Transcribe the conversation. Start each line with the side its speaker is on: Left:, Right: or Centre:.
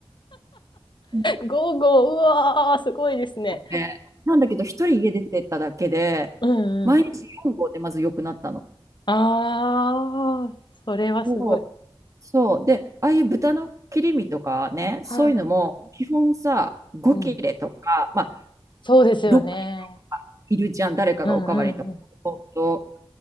Right: うん
Left: ゴーゴー、うわー、すごいですね。
Right: でなんだけど、一人家出てっただけで、
Left: うんうん。
Right: 毎日4合でまず良くなったの。
Left: ああ、それはすごい。
Right: そう。そう。で、ああいう豚の切り身とかね、そういうのも、
Left: はい。
Right: 基本さ、5切れとか、
Left: うん。
Right: まあ、
Left: そうですよね。
Right: 6切れいるじゃん、誰かがおかわりとか。
Left: うんうんうん。
Right: そうそう